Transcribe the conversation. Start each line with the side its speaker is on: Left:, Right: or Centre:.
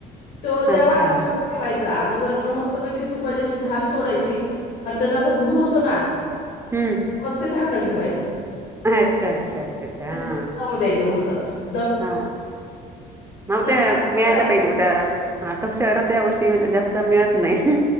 Left: तो त्या
Right: अच्छा
Left: वाटेमध्ये ठेवायचा. आणि वर्ण मस्त प कि तू पाझ्या अशी धार सोडायची आणि त्याचा असा धूर होतो ना.
Right: हम्म
Left: मग ते झाकण ठेवायचं. <inaudible>
Right: अच्छा अच्छा अच्छा अच्छा हा.
Left: सम द्याचो म्हणतो. <unintelligible>
Right: हा हव ते
Left: काय
Right: मिळायला
Left: फ्राय केलं
Right: पाहिजे त्या हका शहरात या गोष्टी जास्त मिळत. नाही